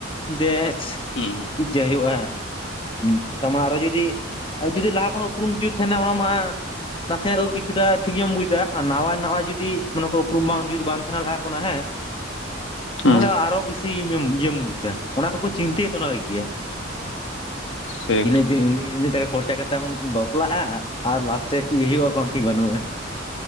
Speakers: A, on the left; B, on the left.
A: ᱡᱮ
B: ᱦᱩᱸ ᱾
A: ᱪᱮᱫ ᱡᱮ ᱦᱩᱭᱩᱜᱼᱟ <unintelligible> ᱟᱨᱚ ᱡᱩᱫᱤ ᱡᱩᱫᱤ ᱞᱟᱦᱟ ᱠᱷᱚᱱᱟᱜ ᱩᱯᱨᱩᱢ ᱡᱩᱫ ᱛᱟᱦᱮᱱᱟ ᱟᱢᱟᱜ ᱢᱟ ᱱᱟᱥᱮᱱᱟᱜ ᱦᱚᱸ ᱠᱤᱪᱷᱩᱴᱟᱜ ᱴᱷᱤᱠ ᱜᱮᱢ ᱵᱩᱡᱟ ᱟᱨ ᱱᱟᱣᱟ ᱱᱟᱣᱟ ᱡᱩᱫᱤ ᱚᱱᱟ ᱠᱚ ᱩᱯᱨᱩᱢ ᱵᱟᱝ ᱡᱩᱫᱤ ᱵᱟᱝ ᱛᱟᱦᱮᱱᱟ ᱞᱟᱦᱟ ᱠᱷᱚᱱᱟᱜ ᱦᱮᱸ
B: ᱦᱩᱸ
A: ᱛᱟᱦᱚᱞᱮ ᱟᱨᱚ ᱵᱮᱥᱤ ᱤᱭᱟᱹᱢ ᱵᱩᱡᱟ ᱾ ᱚᱱᱟ ᱠᱚᱠᱚ ᱪᱤᱱᱛᱟᱹᱭᱟ ᱛᱚ ᱚᱱᱟ ᱞᱟᱹᱜᱤᱫ ᱜᱮ ᱾
B: ᱦᱮᱸ ᱾
A: ᱤᱱᱟᱹᱜ ᱫᱤᱱ ᱤᱱᱟᱹᱜ ᱴᱟᱠᱟ ᱠᱷᱚᱨᱪᱟ ᱠᱟᱛᱮᱢ ᱵᱟᱯᱞᱟᱜᱼᱟ ᱟᱨ ᱞᱟᱥᱴᱮ ᱨᱮ ᱪᱮᱫ ᱦᱩᱭᱩᱜᱼᱟ ᱠᱚᱱᱚ ᱴᱷᱤᱠ ᱵᱟᱹᱱᱩᱜᱼᱟ ᱾